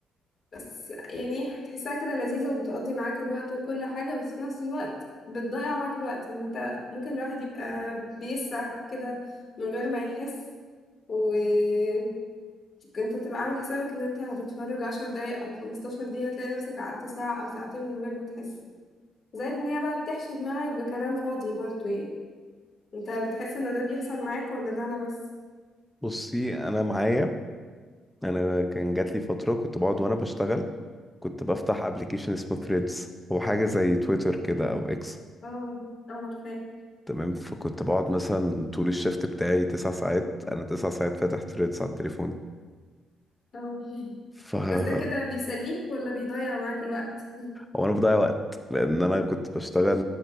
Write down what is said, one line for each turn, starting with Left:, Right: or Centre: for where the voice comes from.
Left: بس يعني هتحسها كده لذيذة وبتقضي معاك الوقت وكل حاجة بس في نفس الوقت بتضيع معاك الوقت انت ممكن الواحد يبقى بيسرح كده من غير ما يحس وكنت تبقى عامل حسابك ان انت هتتفرج عشر دقايق او خمستاشر دقيقة تلاقي نفسك قعدت ساعة او ساعتين من غير ما تحس زائد ان هي بقى بتحشي دماغك بكلام فاضي برضه يعني انت بتحس ان ده بيحصل معاك ولا ده انا بس
Centre: بصي انا معايا انا كان جات لي فترة كنت بقعد وانا بشتغل كنت بفتح ابلكيشن اسمه ثريدز هو حاجة زي تويتر كده او اكس
Left: اه اه عارفاه
Centre: تمام فكنت بقعد مثلا طول الشفت بتاعي تسع ساعات انا تسع ساعات فاتح ثريدز على التليفون
Left: اه <laughs>
Centre: ف <laughs>
Left: بس ده كده بيسليك ولا بيضيع معاك الوقت
Centre: هو انا بضيع وقت لان انا كنت بشتغل